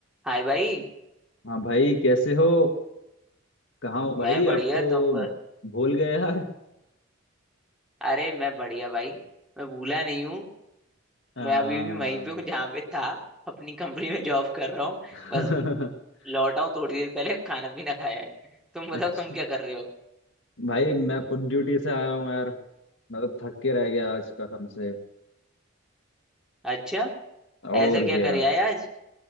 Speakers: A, in the centre; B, on the left (about 60°).
A: हाय भाई
B: हाँ भाई कैसे हो कहाँ हो भाई
A: मैं बढ़िया
B: आप तो
A: तुम ब-
B: भूल गए यार
A: अरे मैं बढ़िया भाई मैं भूला नहीं हूँ
B: हाँ
A: मैं अभी भी वहीं पे हूँ जहाँ पे था अपनी कंपनी में जॉब कर रहा हूँ
B: <laughs>
A: बस लौटा हूँ थोड़ी देर पहले खाना पीना खाया है तुम
B: अच्छा
A: बताओ तुम क्या कर रहे हो
B: भाई मैं खुद ड्यूटी से आया हूँ यार मैं तो थक के रह गया आज कसम से
A: अच्छा
B: और
A: ऐसा क्या
B: क्या
A: कर आए आज